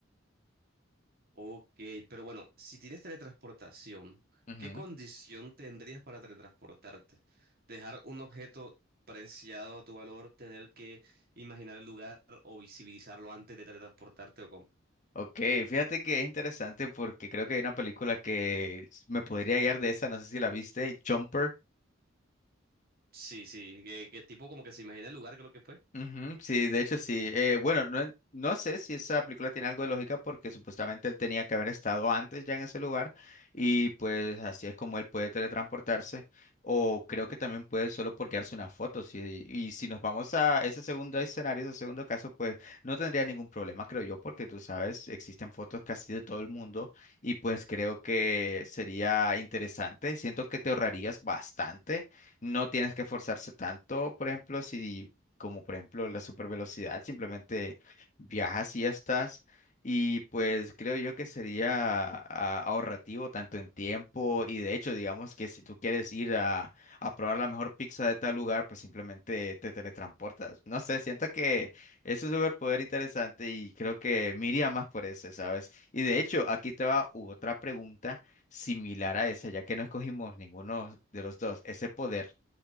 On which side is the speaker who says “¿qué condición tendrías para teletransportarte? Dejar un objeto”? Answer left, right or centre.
Right